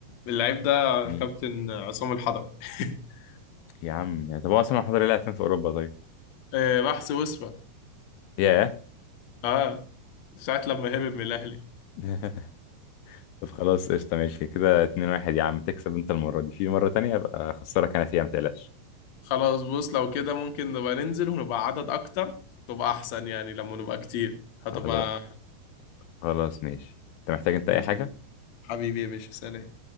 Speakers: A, on the left; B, on the left.
A: اللعيب ده
B: مين
A: كابتن عصام الحضري <laughs>
B: يا عم طب هو اصلا حضري لعب فين في اوروبا طيب
A: آه، راح سويسرا
B: ياه
A: اه ساعة لما هرب من الأهلي
B: <laughs> طب خلاص قشطة ماشي كده اتنين واحد يا عم تكسب انت المرة دي في مرة تانية ابقى اخسرك انا فيها متقلقش
A: خلاص بص لو كده ممكن نبقى ننزل ونبقى عدد أكتر تبقى أحسن يعني لما نبقى كتير هتبقى
B: خلاص خلاص ماشي انت محتاج انت
A: ماشي
B: اي حاجة
A: حبيبي يا باشا سلام